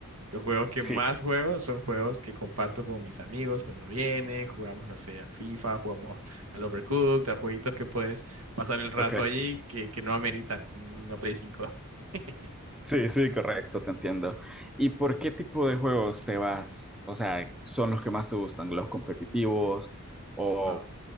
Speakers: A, on the right; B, in the centre.
A: Los juegos que
B: Sí,
A: más juego son juegos que comparto con mis amigos cuando vienen, jugamos, no sé, al FIFA, jugamos a- al Overcooked, a jueguitos que puedes pasar el rato
B: ok.
A: allí que, que no ameritan una Play cinco <laughs>
B: Sí, sí, correcto, te entiendo. ¿Y por qué tipo de juegos te vas? O sea, ¿son los que más te gustan? ¿Los competitivos o,
A: Wow.